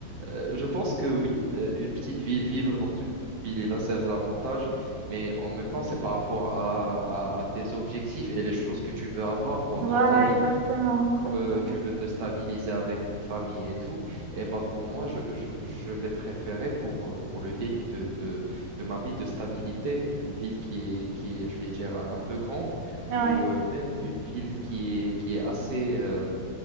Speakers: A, on the right; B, on the right.
A: Euh, je pense que oui, euh, une petite ville, vivre dans une petite ville, il a ses avantages, mais en même temps, c'est par rapport à, à- à tes objectifs et les choses que tu veux avoir pendant
B: Voilà,
A: ta vie
B: exactement, exactement.
A: euh, tu veux te stabiliser avec une famille et tout, et bah pour moi, je, je- je vais préférer pour, euh, pour le début de, de, de ma vie de stabilité, une ville qui est, qui est, je vais dire, un peu grande,
B: Ouais.
A: ou euh, même une ville qui est, qui est assez, euh,